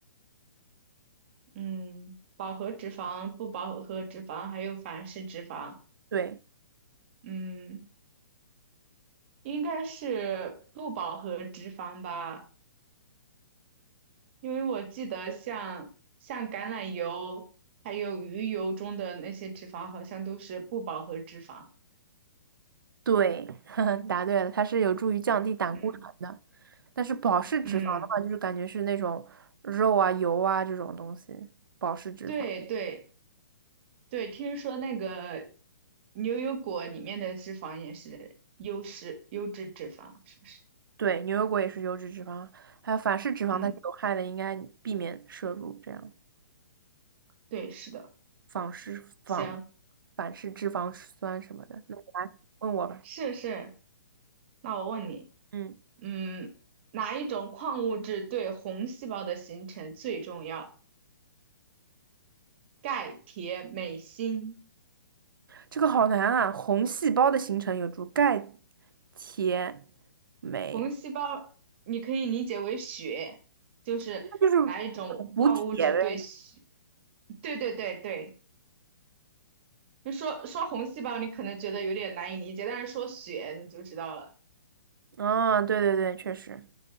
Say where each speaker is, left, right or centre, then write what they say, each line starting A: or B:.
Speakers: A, on the right; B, on the right.
A: 嗯，饱和脂肪、不饱和脂肪还有反式脂肪，
B: 对
A: 嗯，应该是不饱和脂肪吧，因为我记得像像橄榄油还有鱼油中的那些脂肪好像都是不饱和脂肪。
B: 对，<laughs> 答对了，它是有助于降低胆固醇的。
A: 嗯
B: 但是饱式脂肪的话，
A: 嗯，
B: 就是感觉是那种肉啊、油啊这种东西，饱式脂肪。
A: 对对对，听说那个牛油果里面的脂肪也是优质优质脂肪，是不是？
B: 对，牛油果也是油脂脂肪，还有反式脂肪它是有害的，
A: 嗯，
B: 应该避免摄入这样
A: 对，是的。
B: 反式反
A: 行。
B: 反式脂肪酸什么的。那你来问我吧，
A: 是是，那我问你，
B: 嗯，
A: 嗯，哪一种矿物质对红细胞的形成最重要？钙、铁、镁、锌。
B: 这个好难啊。红细胞的形成有助钙、铁、镁，
A: 红细胞你可以理解为血，就是哪一种矿物质对血？
B: 那就是补补铁呗。
A: 对对对对，就说说红细胞，你可能觉得有点难以理解，但是说血你就知道了。
B: 啊，对对对，确实。